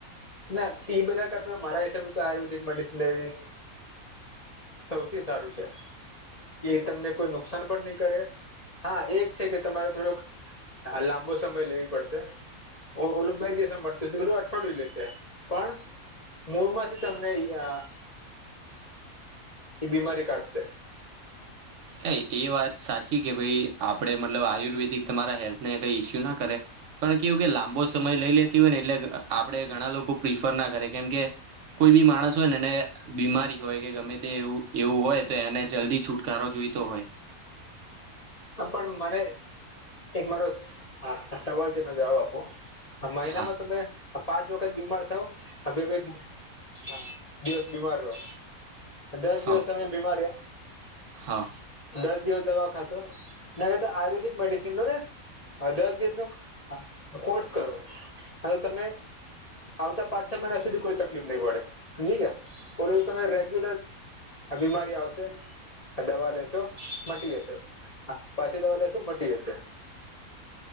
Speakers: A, on the left; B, on the right.
A: ના ઈ બધા કરતા મારા હિસાબે તો આયુર્વેદિક મેડિસિન લેવી સૌથી સારું છે. એ તમને કોઈ નુકસાન પણ નહી કરે હા એક છે કે તમારે થોડોક હા, લાંબો સમય લેવી પડશે. ઓલું કઈ દિવસે મટશે તો ઓલું અઠવાડિયું લેશે. પણ મૂળ માંથી તમને ઈ આ. ઈ બીમારી કાઢશે.
B: હા એ વાત સાચી કે ભઈ આપડે મતલબ આયુર્વેદિક તમારા હેલ્થને કઈ ઈસ્યુ ના કરે. પણ કેવું કે લાંબો સમય લઈ લેતી હોય ને એટલે આપડે ઘણા લોકો પ્રિફર ના કરે કેમ કે કોઈ બી માણસ હોય ને એને બીમારી હોય કે ગમે તે એવું-એવું હોય તો એને જલ્દી છુટકારો જોઈતો હોય.
A: હા, પણ મને એક મારો સવાલ છે એનો જવાબ આપો. હ, મહિનામાં
B: હા
A: તમે પાંચ વખત બીમાર થાવ આ બે બે હા, દિવસ બીમાર રહો. દસ
B: હા
A: દિવસ તમે બીમાર રિયા.
B: હા
A: દસ દિવસ દવા ખાશો. એના કરતા આયુર્વેદિક મેડિસન લોને આ દસ દિવસનો કોર્સ કરો. હવે તમે. આવતા પાંચ છ મહિના સુધી કોઈ તકલીફ નહી પડે, હમજી ગ્યા, ઓલું તમે રેગ્યુલર આ બીમારી આવશે, આ દવા લેશો, મટી જશે. હા, પાછી દવા લેસો, મટી જશે.